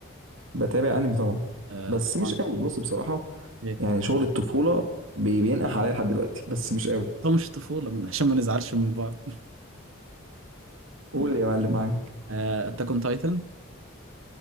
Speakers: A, on the right (about 75°); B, on the right (about 85°).
A: بتابع انمي طبعا
B: آه
A: بس مش
B: طبعا
A: قوي بص بصراحه
B: ايه
A: يعني شغل الطفولة بي- بينقح عليا لحد دلوقتي بس مش قوي
B: هو مش طفولة من <laughs> عشان ما نزعلش من بعض
A: قول يا معلم معاك
B: <laughs> آه اتاك اون تايتن